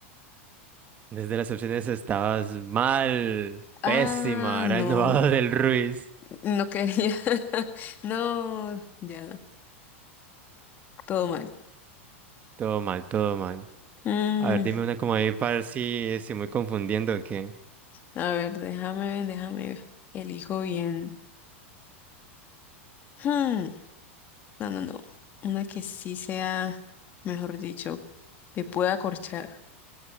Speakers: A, on the right; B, on the left.
A: Desde las opciones estabas mal.
B: Ah,
A: Pésima.
B: no,
A: Era el Nevado <laughs> del Ruiz.
B: no quería. <laughs> No, ya, todo mal.
A: Todo mal, todo mal.
B: Mm,
A: A ver, dime una como ahí para ver si estoy muy confundiendo o qué.
B: a ver, déjame ver, déjame ver. Elijo bien. Hmm, no, no, no. Una que sí sea, mejor dicho, que pueda acorchar.